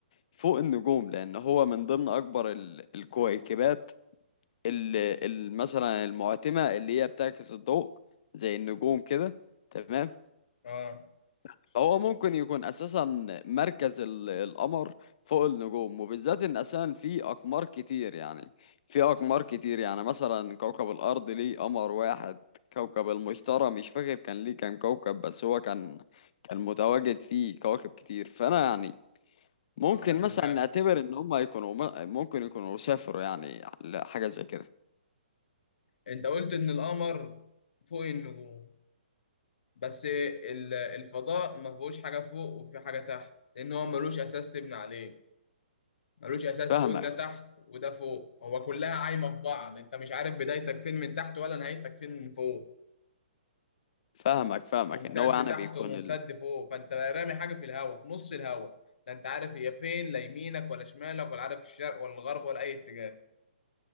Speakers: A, on the left; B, on the left.
A: فوق النجوم لان هو من ضمن اكبر ال- الكويكبات اللي مثلا المعتمة اللي هي بتعكس الضوء زي النجوم كده تمام
B: اه
A: فهو ممكن يكون اساسا مركز ال- القمر فوق النجوم وبالذات ان اساسا في اقمار كتير يعني في اقمار كتير يعني مثلا كوكب الارض ليه قمر واحد كوكب المشتري مش فاكر كان ليه كام كوكب بس هو كان كان متواجد فيه كواكب كتير فانا يعني ممكن
B: هقول لك على
A: مثلا
B: حاجة
A: نعتبر ان هم يكونوا م- ممكن يكونوا سافروا يعني لحاجة زي كده
B: انت قلت ان القمر فوق النجوم بس ال- الفضاء ما فيهوش حاجة فوق وفي حاجة تحت لان هو ملوش اساس تبني عليه ملوش اساس
A: فاهمك
B: تقول ده تحت وده فوق هو كلها عايمه في بعض انت مش عارف بدايتك فين من تحت ولا نهايتك فين من فوق
A: فاهمك فاهمك
B: ممتد
A: ان هو يعني
B: تحت
A: بيكون
B: وممتد فوق فانت رامي حاجه في الهواء في نص الهواء لا انت عارف هي فين لا يمينك ولا شمالك ولا عارف الشرق ولا الغرب ولا اي اتجاه